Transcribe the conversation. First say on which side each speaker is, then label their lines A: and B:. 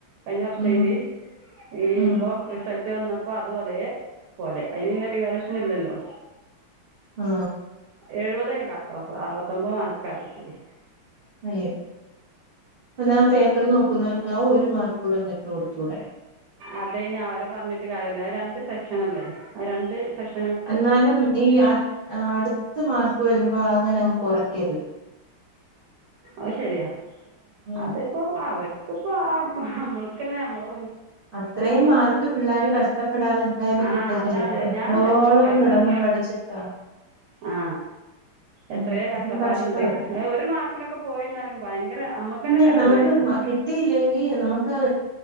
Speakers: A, on the right; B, on the right.
A: കഴിഞ്ഞ വർഷം
B: ഉം
A: എഴുതി ഈ
B: ഉം
A: ഇപ്പം റിസൽ റ്റ്‌ വന്നപ്പോ അതും അതേ പോലെ അതിന്ന് പിന്നെ റിവാലുവേഷൻ ഇല്ലല്ലോ
B: ആ
A: എഴുപതേ നി കട്ട് ഓഫ് അറുപത്തൊൻമ്പത് മാർക്കാകിട്ടിയേ
B: അയ്യോ എന്നാ ആ പേപ്പർ നോക്കുന്നവർക്കും ഒരു മാർക്ക് കൂടെന്നിട്ട് കൊടുത്തൂടെ
A: അത് അയ്ന് അവരെ പറഞ്ഞിട്ട് കാര്യമല്ല രണ്ട് സെക്ഷന അല്ലേ ആ രണ്ട് സെക്ഷൻ
B: എന്നാലും ഈ അ അടുത്ത്മാർക്ക് വരുമ്പോ അങ്ങനെ കുറയ്ക്കരുത്
A: ആഅഹ് ശരിയാ
B: ഉം
A: അതിപ്പോ ആവർ ക്ക് പ്പോ നമ്മൾക്കല്ലേ നമ്മള്
B: അത്രയും മാർക്ക് പിള്ളോര് കഷ്ടപ്പെടാതെ എന്തായാലും
A: ആ
B: കിട്ടത്തില്ല
A: അതാണ്
B: എത്രോളം
A: ഞാൻ ചിലപ്പോഴൊക്കെ കരുതും
B: കിടന്ന് പഠിച്ചിട്ടാ
A: ആ എത്രയോ
B: ഉം
A: കഷ്ടപ്പാടുണ്ട്
B: കഷ്ടമല്ലേ
A: ഒരു മാർക്കിനൊക്കെ പോയിന്ന് പറയുമ്പോ ഭയങ്കര നമുക്ക്
B: പിന്നെ
A: തന്നെ ടെൻഷനായി
B: നമുക്ക്
A: പോവും
B: കിട്ടിയില്ലെങ്കിൽ നമുക്ക്